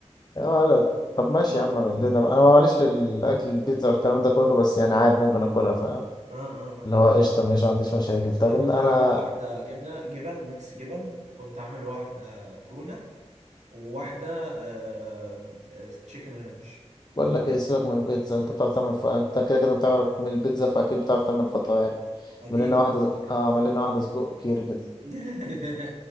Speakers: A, on the left; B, on the right.
A: يا ولد طب ماشي
B: والله
A: يا
B: اه
A: عم اعمل لنا بقى. انا ماليش في الاكل البيتزا والكلام ده كله بس يعني عادي ممكن اكلها فاهم
B: اه اه
A: اللي هو قشطه ماشي ما عنديش مشاكل طب
B: انا كنت
A: إن انا
B: عامل واحدة جبنة جبن ميكس جبن وكنت عامل واحدة تونة وواحدة آه آه تشيكن رانش
A: بقول لك ايه سيبك من البيتزا انت بتعرف تعمل ف... انت كده كده بتعمل من البيتزا فاكيد بتعرف تعمل فطاير
B: اكيد
A: اعمل لنا واحده اه اعمل لنا واحده سجق وكيري كده
B: <laughs>